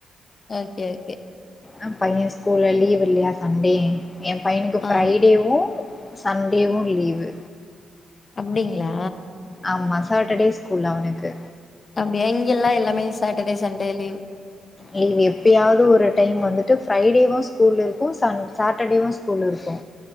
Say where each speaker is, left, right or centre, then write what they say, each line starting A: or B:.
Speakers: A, on the left; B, on the left.
A: ஓகே ஓகே
B: அ பைய ஸ்கூலு லீவ் இல்லயா சன்டே எ பையனுக்கு ஃப்ரைடேவு
A: ஆ
B: சன்டேவு லீவு
A: அப்டிங்ளா
B: ஆமா சேட்டடே ஸ்கூல் அவனுக்கு
A: அப்டியா இங்கெல்லா எல்லாமே சேட்டடே சன்டே லீவு
B: லீவு எப்பயாவ்து ஒரு டைம் வந்துட்டு ஃப்ரைடேவு ஸ்கூல் இருக்கு சன் சேட்டடேவு ஸ்கூல் இருக்கு